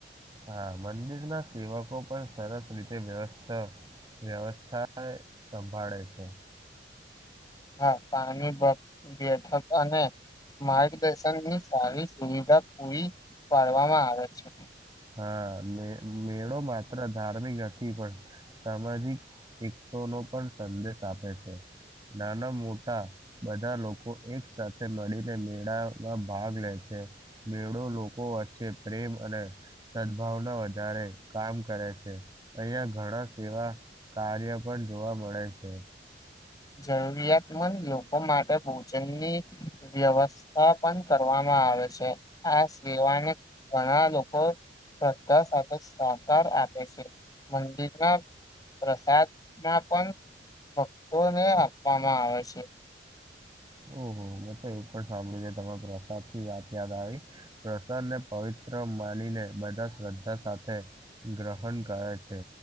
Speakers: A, on the right (about 20°); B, on the left (about 20°).
A: હા મંદિર ના સેવકો પણ સરસ રીતે વ્યવસ્થ વ્યવસ્થા સંભાળે છે.
B: હા પાણી પણ બેઠક અને માર્ગદર્શનની સારી સુવિધા પૂરી પાડવામાં આવે છે.
A: હા મે મેળો માત્ર ધાર્મિક નથી પણ સામાજિક એકતા નો પણ સંદેશ આપે છે. નાના મોટા બધા લોકો એક સાથે મળીને મેળામાં ભાગ લે છે. મેળો લોકો વચ્ચે પ્રેમ અને સદભાવના વધારે કામ કરે છે. અહીંયા ઘણા સેવા કાર્ય પર જોવા મળે છે.
B: જરૂરિયાતમંદ લોકો માટે ભોજનની વ્યવસ્થા પણ કરવામાં આવે છે આ સેવાને ઘણા લોકો શ્રદ્ધા સાથે સહકાર આપે છે મંદિરના પ્રસાદ ના પણ ભકતોને આપવામાં આવે છે.
A: ઓહ હો મેં તો એવું પણ સાંભળ્યું છે કે તમ પ્રસાદ થી વાત યાદ આવી પ્રસાદ ને પવિત્ર ત માનીને બધા શ્રદ્ધા સાથે ગ્રહણ કરે છે.